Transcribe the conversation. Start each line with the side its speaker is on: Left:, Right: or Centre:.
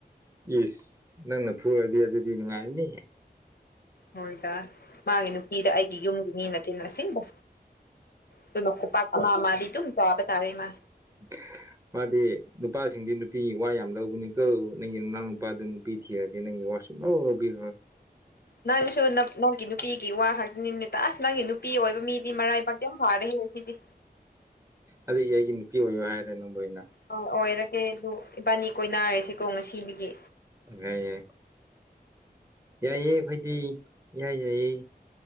Right: ꯏꯁ ꯅꯪꯅ ꯐꯨꯔꯗꯤ ꯑꯗꯨꯗꯤ ꯅꯨꯡꯉꯥꯏꯔꯅꯤ
Left: ꯍꯣꯏꯗ ꯃꯥꯒꯤ ꯅꯨꯄꯤꯗ ꯑꯩꯒꯤ ꯌꯨꯝꯒꯤ ꯃꯤ ꯅꯠꯇꯦꯅ ꯑꯁꯦꯡꯕ ꯑꯗꯨꯅ ꯈꯨꯞ ꯄꯥꯛ ꯑꯃ ꯃꯥꯗꯤ ꯇꯨꯝ ꯆꯥꯕ ꯇꯥꯏꯌꯦ ꯃꯥ
Right: <unintelligible> ꯃꯥꯗꯤ ꯅꯨꯄꯥꯁꯤꯡꯗꯤ ꯅꯨꯄꯤꯒꯤ ꯋꯥ ꯌꯥꯝ ꯂꯧꯕꯅꯤ ꯀꯧ ꯅꯪꯒꯤ ꯅꯅꯥꯎ ꯅꯨꯄꯥꯗꯨ ꯅꯨꯄꯤ ꯊꯤꯔꯗꯤ ꯅꯪꯒꯤ ꯋꯥ ꯁꯨꯛꯂꯧ ꯂꯧꯕꯤꯔꯣꯏ
Left: ꯅꯪꯁꯨ ꯅꯪꯒꯤ ꯅꯨꯄꯤꯒꯤ ꯋꯥ ꯍꯥꯏꯕꯅꯤꯅꯦ ꯇ ꯑꯁ ꯅꯪꯒꯤ ꯅꯨꯄꯤ ꯑꯣꯏꯕ ꯃꯤꯗꯤ ꯃꯔꯥꯏꯕꯥꯛ ꯌꯝ ꯐꯥꯔꯦ ꯍꯦ ꯁꯤꯗꯤ
Right: ꯑꯗꯨꯒꯤ ꯑꯩꯒꯤ ꯅꯨꯄꯤ ꯑꯣꯏꯌꯣ ꯍꯥꯏꯔꯦ ꯅꯪꯕꯨ ꯑꯩꯅ
Left: ꯑꯧ ꯑꯣꯏꯔꯒꯦ ꯑꯗꯨ ꯏꯕꯥꯅꯤ ꯀꯣꯏꯅꯔꯁꯤꯀꯣ ꯉꯁꯤꯗꯒꯤ
Right: ꯐꯖꯩꯌꯦ ꯌꯥꯏꯌꯦ ꯑꯩꯈꯣꯏꯗꯤ ꯏꯌꯥ ꯌꯥꯏꯌꯦ